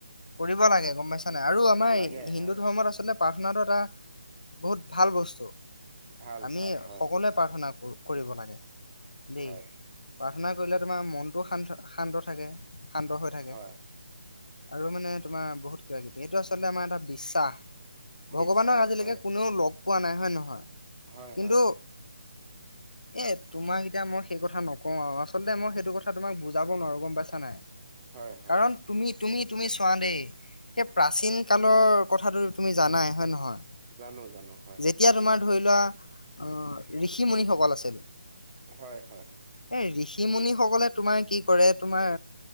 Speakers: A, on the left (about 80°); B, on the right (about 30°).
A: কৰিব লাগে গম পাইছা নাই। আৰু আমাৰ
B: লাগে
A: হিন্দু
B: হয়
A: ধৰ্মত আচলতে প্ৰাৰ্থনাটো এটা বহুত ভাল বস্তু
B: ভাল
A: আমি
B: ভাল হয়
A: সকলোৱে প্ৰাৰ্থনা কৰিব লাগে দেই
B: হয়
A: প্ৰাৰ্থনা কৰিলে তোমাৰ মনটো শান্ত শান্ত থাকে শান্ত হৈ থাকে
B: হয়
A: আৰু মানে তোমাৰ বহুত কিবা কিবি এইটো আচলতে আমাৰ এটা বিশ্বাস। ভগৱানক
B: বিশ্বাস
A: আজিলৈকে
B: হয়
A: কোনেও লগ পোৱা নাই হয়নে নহয়?
B: হয়
A: কিন্তু
B: হয়।
A: এ তোমাক এতিয়া মই সেই কথা নকওঁ আৰু আচলতে মই সেইটো কথা তোমাক বুজাব নোৱাৰো গম পাইছা নাই।
B: হয় হয়
A: কাৰণ তুমি তুমি তুমি চোৱা দেই। সেই প্ৰাচীন কালৰ কথাটো তুমি জানাই হয়ে নহয়।
B: জানো জানো হয়।
A: যেতিয়া তোমাৰ ধৰি লোৱা, অহ, ঋষি মুনিসকল আছিল।
B: হয় হয়।
A: এই ঋষি মুনি সকলে তোমাৰ কি কৰে তোমাৰ